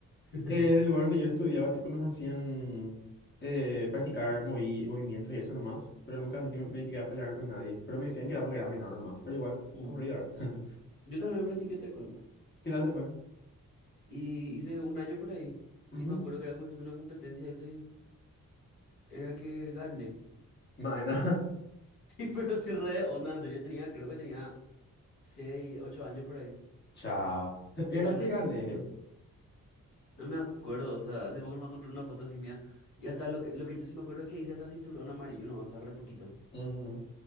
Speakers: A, on the left; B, on the left.
A: <laughs>
B: Eh, en el lugar donde yo estudiaba, tipo, nos hacían eh, practicar movi- movimientos y eso nomás, pero nunca así me, me llegué a pelear con nadie. Pero me decían que era porque era menor nomás, pero igual,
A: ujú,
B: aburrido era.
A: ujú".
B: <laughs>
A: Yo también practiqué taekwondo.
B: ¿Qué tal te fue?
A: Y hice un año por ahí. Y
B: Ujú.
A: me acuerdo que era como haciendo una competencia de eso y era que gané. <laughs>
B: Maena.
A: Sí, pero sí re de onda, en serio tenía, creo que tenía 6 8 años por ahí.
B: <laughs> Cha. Era
A: Era re
B: que gané.
A: chiquitito. No me acuerdo, o sea, hace poco no me encontré una foto así mía. Y hasta lo que, lo que yo sí me acuerdo es que hice hasta cinturón amarillo, no, o sea, re poquito.
B: Ujú.